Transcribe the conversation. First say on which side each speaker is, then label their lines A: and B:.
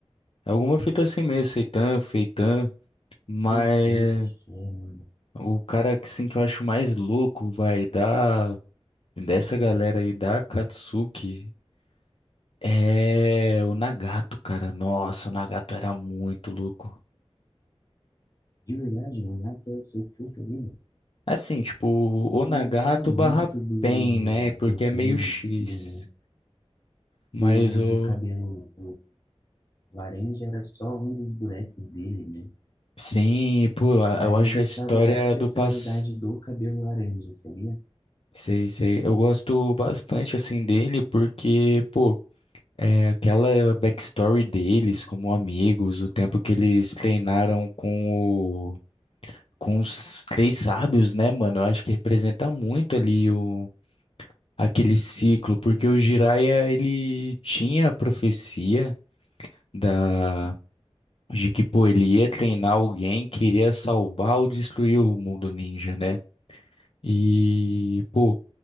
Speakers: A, on the left; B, on the left.
A: Alguma fita assim mesmo, Seitan, Feitan, mas
B: Seitan, acho que é, mano.
A: o cara que sim que eu acho mais louco vai dar dessa galera aí da Katsuki é o Nagato, cara. Nossa, o Nagato era muito louco.
B: De verdade, mangá que é o seu preferido.
A: Assim, tipo, o
B: É que
A: Nagato
B: eu gostava muito
A: barra
B: do,
A: Pen, né? Porque
B: do
A: é meio
B: Ben
A: X.
B: em si, né?
A: Mas
B: Do
A: o.
B: de cabelo laranja era só um dos bonecos dele, né?
A: Sim, pô, a-
B: Mas
A: eu acho
B: eu gostava
A: a história
B: da personalidade
A: do passado.
B: do cabelo laranja, sabia?
A: Sei, sei. Eu gosto bastante, assim, dele porque, pô, é aquela backstory deles como amigos, o tempo que eles treinaram com o, com os três sábios, né, mano? Eu acho que representa muito ali o, aquele ciclo, porque o Jiraiya, ele tinha a profecia da, de que, pô, ele ia treinar alguém que iria salvar ou destruir o mundo ninja, né? E, pô,